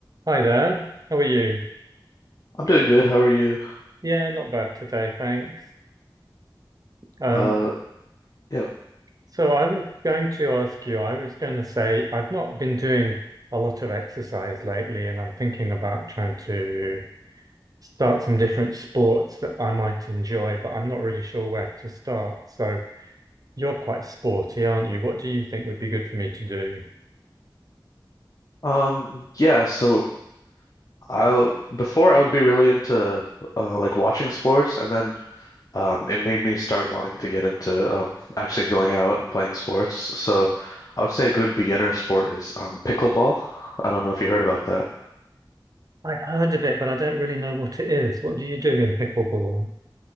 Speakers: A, on the right; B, on the left.
A: Hi there. How are you?
B: I'm doing good. How are you?
A: Yeah, not bad today, thanks. Um,
B: Uh, yep.
A: so I was going to ask you, I was going to say I've not been doing a lot of exercise lately, and I'm thinking about trying to start some different sports that I might enjoy, but I'm not really sure where to start. So you're quite sporty, aren't you? What do you think would be good for me to do?
B: Um, yeah, so I'll before I would be really into uh like watching sports and then um it made me start wanting to get into um actually going out and playing sports. So I would say a good beginner sport is um pickleball. I don't know if you heard about that.
A: I've heard of it, but I don't really know what it is. What do you do in pickleball?